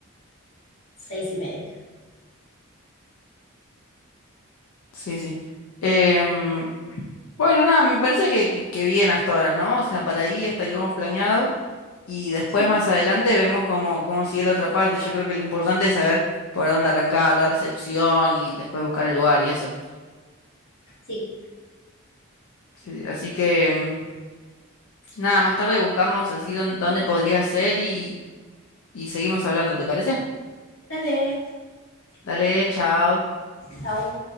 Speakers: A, on the left (about 60°); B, on the left (about 80°).
A: seis y media.
B: Sí, sí. Em, bueno, nada, me parece que, que, que bien hasta ahora, ¿no? O sea, para ahí hasta ahí vamos planeado. Y después
A: Sí,
B: más adelante vemos cómo, cómo sigue la otra parte. Yo creo que lo importante es saber por dónde arrancar la recepción y después buscar el lugar y eso.
A: sí.
B: Sí, sí. así que mm, nada, más tarde buscamos así dón- dónde podría ser y, y seguimos hablando, ¿te parece?
A: Dale,
B: Dale, chao.
A: chao.